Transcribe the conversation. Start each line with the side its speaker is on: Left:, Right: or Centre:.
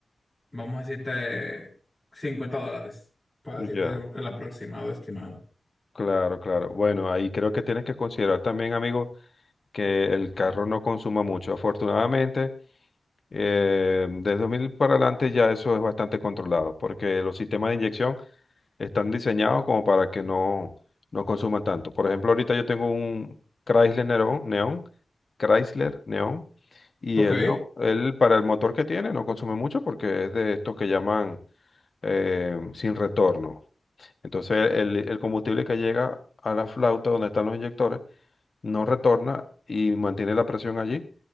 Centre: vamos a decirte, 50 dólares, para
Left: Ya.
Centre: decirte el aproximado estimado.
Left: Claro, claro. Bueno, ahí creo que tienes que considerar también, amigo, que el carro no consuma mucho. Afortunadamente, eh, desde 2000 para adelante ya eso es bastante controlado, porque los sistemas de inyección están diseñados como para que no, no consuman tanto. Por ejemplo, ahorita yo tengo un Chrysler Neon, Neon, Chrysler Neon, y
Centre: Ok,
Left: él no, él para el motor que tiene no consume mucho porque es de estos que llaman eh, sin retorno. Entonces el, el combustible que llega a la flauta donde están los inyectores no retorna y mantiene la presión allí,